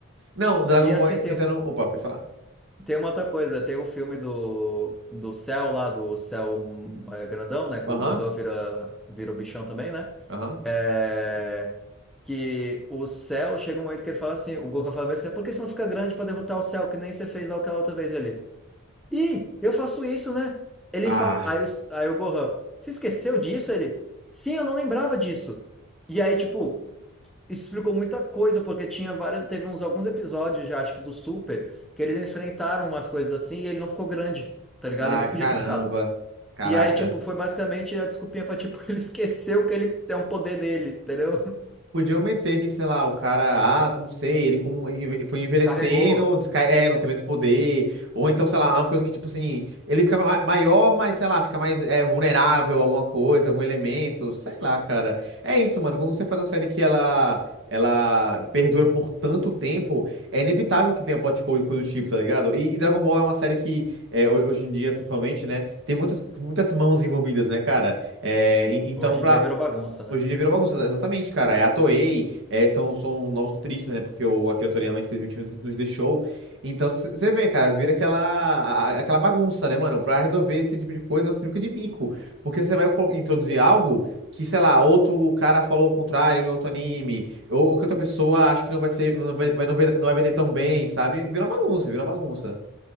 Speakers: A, on the right (about 55°); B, in the centre.
A: Não, Dragon
B: E
A: Ball
B: assim, tem,
A: entra no. Opa, pode falar.
B: tem uma outra coisa, tem o filme do, do Cell lá, do Cell é, grandão, né, que
A: Aham.
B: o Gohan vira, vira o bichão também, né?
A: Aham.
B: É, que o céu chega um momento que ele fala assim, o Goku fala bem assim, por que você não fica grande pra derrotar o céu, que nem você fez lá aquela outra vez ele? Ih, eu faço isso, né? Ele
A: Ah,
B: falou. Aí o, aí o Gohan, você esqueceu disso? Ele, sim, eu não lembrava disso. E aí, tipo, isso explicou muita coisa, porque tinha vários. Teve uns alguns episódios já, acho que do Super, que eles enfrentaram umas coisas assim e ele não ficou grande, tá ligado?
A: ah,
B: Ele podia
A: caramba.
B: ter ficado.
A: Caraca.
B: E aí, tipo, foi basicamente a desculpinha pra, tipo, <laughs> ele esqueceu que ele tem um poder dele, entendeu?
A: Podiam meter que, sei lá, o cara, ah, não sei, ele com- enve- foi envelhecendo,
B: Descarregou.
A: descai, é, não tem mais poder. Ou então, sei lá, uma coisa que, tipo assim, ele fica ma- maior, mas, sei lá, fica mais é, vulnerável a alguma coisa, algum elemento, sei lá, cara. É isso, mano. Quando você faz uma série que ela, ela perdura por tanto tempo, é inevitável que tenha plot hole e coisa do tipo, tá ligado? E, e Dragon Ball é uma série que, é, ho- hoje em dia, principalmente, né, tem muitas, muitas mãos envolvidas, né, cara? É, en- então,
B: Hoje
A: pra,
B: em dia virou bagunça, né?
A: Hoje em dia virou bagunça, exatamente, cara. É a Toei, é, são, são novos roteiristas, né? Porque o Akira Toriyama, infelizmente, nos nos deixou. Então, você vê, cara, vira aquela, a- aquela bagunça, né, mano? Pra resolver esse tipo de coisa é um sinuca de bico. Porque você vai colo- introduzir algo que, sei lá, outro cara falou o contrário em outro anime, ou, ou que outra pessoa acha que não vai ser, não vai, vai- não vai, não vai vender tão bem, sabe? Vira uma bagunça, vira uma bagunça.